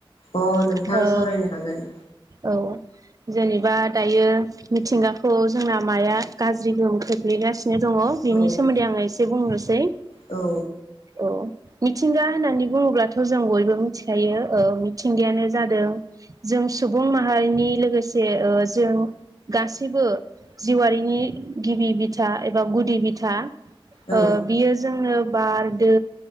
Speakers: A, on the left; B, on the right.
A: अ नोंथां
B: ओ
A: सावरायनो हागोन।
B: औ जेनेबा दायो मिथिंगाखौ जोंना माया गाज्रि गोहोम खोख्लैगासिनो। नो दङ बिनि
A: औ
B: सोमोन्दै आङो एसे बुंनोसै।
A: औ
B: औ मिथिंगा होननानै बुङोब्लाथ' जों बयबो मिथिखायो। ओ- मिथिंगायानो जादों- जों सुबुं माहारिनि लोगोसे ओ-जों गासै बो जिउआरिनि गिबि बिथा एबा गुदि बिथा। ओ-बियो
A: औ
B: जोङो बार दै